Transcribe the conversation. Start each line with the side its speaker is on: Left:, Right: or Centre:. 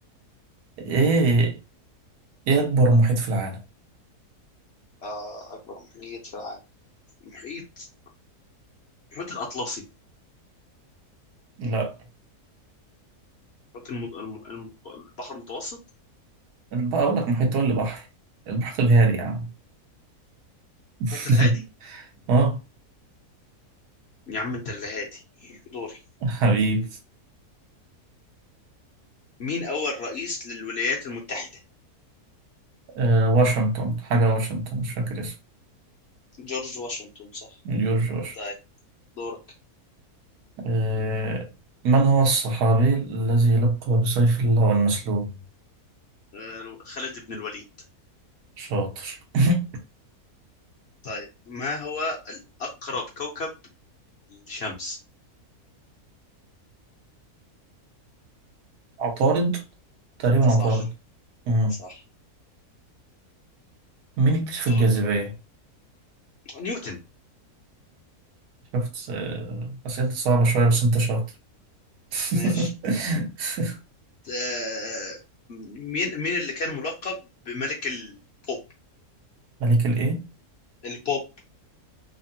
Right: إيه إيه أكبر محيط في العالم؟
Left: آه أكبر محيط في العالم المحيط المحيط الأطلسي
Right: لا
Left: المحيط الم... الم... الم- البحر المتوسط
Right: بقى أقول لك محيط تقول لي بحر المحيط الهادي يا عم <laughs>
Left: المحيط الهادي
Right: أه
Left: يا عم أنت اللي هادي دوري
Right: حبيبي
Left: مين أول رئيس للولايات المتحدة
Right: آه واشنطن حاجة واشنطن مش فاكر اسمه
Left: جورج واشنطن صح
Right: جورج واشنطن
Left: طيب دورك
Right: آه من هو الصحابي الذي يلقب بسيف الله المسلول
Left: آه، خالد بن الوليد
Right: شاطر <laughs>
Left: طيب ما هو الأقرب كوكب للشمس
Right: عطارد تقريبا عطارد
Left: صح
Right: مم.
Left: صح
Right: مين اكتشف
Left: دور
Right: الجاذبية؟
Left: نيوتن
Right: شفت آه، أسئلة صعبة شوية بس أنت شاطر <laughs>
Left: ماشي آه، مين مين اللي كان ملقب بملك البوب
Right: ملك الإيه؟
Left: البوب